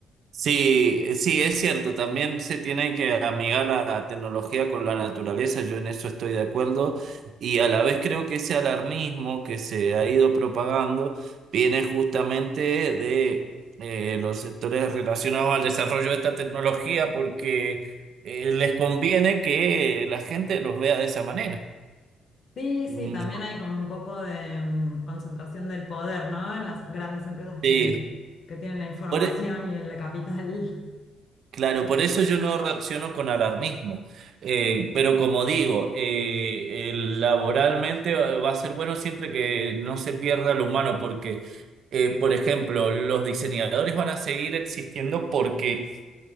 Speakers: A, on the right (about 65°); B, on the left (about 55°).
A: Sí, eh, sí, es cierto, también se tiene que amigar la tecnología con la naturaleza, yo en eso estoy de acuerdo, y a la vez creo que ese alarmismo que se ha ido propagando viene justamente de eh, los sectores relacionados al desarrollo de esta tecnología porque eh, les conviene que la gente los vea de esa manera.
B: Sí, sí,
A: Mm,
B: también
A: yo-
B: hay como un poco de mm, concentración del poder, ¿no? En las grandes empresas que,
A: Sí.
B: que tienen la información
A: Por, e
B: y el capital. <laughs>
A: Claro, por eso yo no reacciono con alarmismo. Eh, pero como digo, eh, el laboralmente eh, va a ser bueno siempre que no se pierda lo humano, porque, eh, por ejemplo, los diseñadores van a seguir existiendo porque